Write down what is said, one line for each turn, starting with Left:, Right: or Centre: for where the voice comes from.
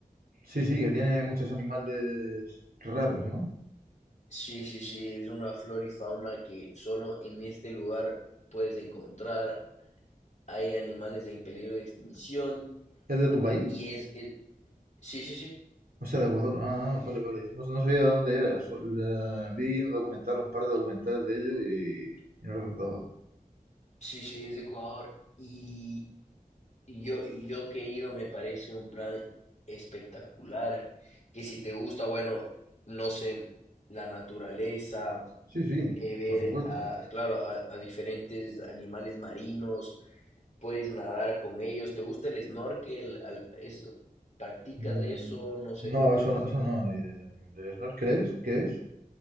Right: Sí, sí, que tiene muchos animales raros, ¿no?
Left: Sí, sí, sí, es una flora y fauna que solo en este lugar puedes encontrar. Hay animales en peligro de extinción
Right: ¿Es de tu país?
Left: y es, es, Sí, sí, sí,
Right: O sea, de Aguador. Ah, ah, ah, vale, vale. No, no sabía de dónde era. so- la- vi un documental, un par de documentales de ello y, y no recordaba.
Left: sí, sí, es de Ecuador. Y y yo, y yo que he ido, me parece un plan espectacular. Que si te gusta, bueno, no sé, la naturaleza,
Right: Sí, sí,
Left: eh, ver,
Right: por supuesto.
Left: a, claro, a, a diferentes animales marinos, puedes nadar con ellos. ¿Te gusta el snorkel? Al- es- ¿practicas
Right: Mm,
Left: eso? No sé,
Right: no,
Left: cuéntame.
Right: eso, no- eso no. eh, ¿El snorkel es? ¿Qué es?